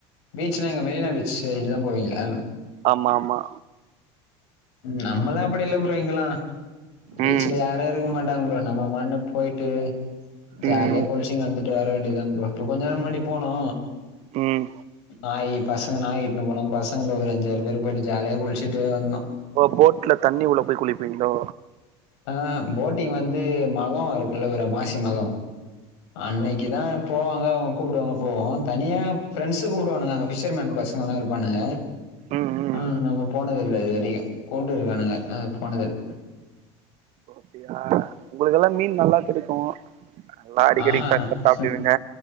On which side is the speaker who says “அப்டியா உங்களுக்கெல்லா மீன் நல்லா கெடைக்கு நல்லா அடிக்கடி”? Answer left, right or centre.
Right